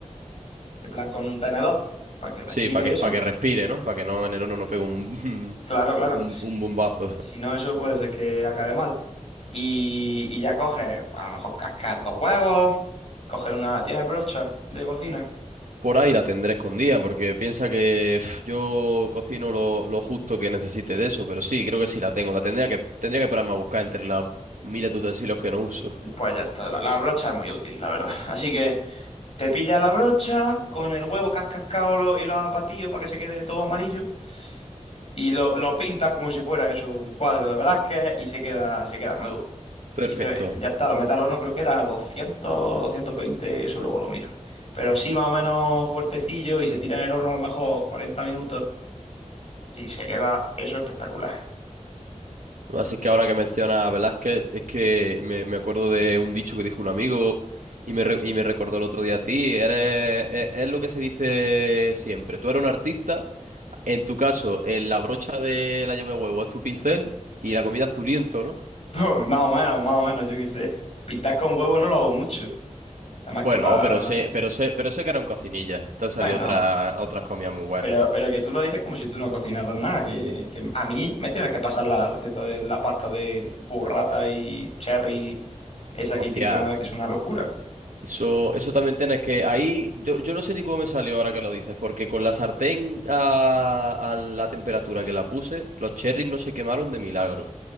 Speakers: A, on the left; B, on the right.
A: en plan con un tenedor, para que respire
B: Sí, para
A: eso.
B: que, para que respire, ¿no? Para que no en el horno no pegue un, <laughs>
A: Claro, claro.
B: un, un bombazo.
A: Si no, eso puede ser que acabe mal. Y, y ya coges, a lo mejor cascas dos huevos, coges una... ¿Tienes brocha de cocina?
B: Por ahí la tendré escondida, porque piensa que pf, yo cocino lo, lo justo que necesite de eso, pero sí, creo que sí la tengo. La tendría que, tendría que pararme a buscar entre las miles de utensilios que no uso.
A: Pues ya está, la, la brocha es muy útil, la verdad. <laughs> Así que Te pilla la brocha con el huevo que has cascado lo- y lo has batido para que se quede todo amarillo. Y lo, lo pintas como si fuera eso, un cuadro de Velázquez y se queda, se queda nuevo.
B: Perfecto.
A: Simple- ya está, lo metes al horno, creo que era 200, 220, eso luego lo miro. Pero así más o menos fuertecillo y se tira en el horno a lo mejor 40 minutos y se queda eso espectacular.
B: Además, es que ahora que menciona a Velázquez, es que me, me acuerdo de un dicho que dijo un amigo y me, re- y me recordó el otro día a ti. Eres, es, es lo que se dice siempre. Tú eres un artista, en tu caso, eh, la brocha de la llama de huevo es tu pincel y la comida es tu lienzo, ¿no?
A: <laughs> Más o menos, más o menos, yo qué sé. Pintar con huevo no lo hago mucho. Además
B: Bueno,
A: que para...
B: pero sé, pero sé, pero sé que era un cocinilla. Te han salido
A: Bueno.
B: otras, otras comidas muy buenas.
A: Pero, pero que tú lo dices como si tú no cocinaras nada, que, que a mí me tienes que pasar la receta de la pasta de burrata y cherry, esa
B: Hostia.
A: que hiciste una vez, que es una locura.
B: Eso, eso también tienes que. Ahí, yo, yo no sé ni cómo me salió ahora que lo dices, porque con la sartén a, a la temperatura que la puse, los cherries no se quemaron de milagro.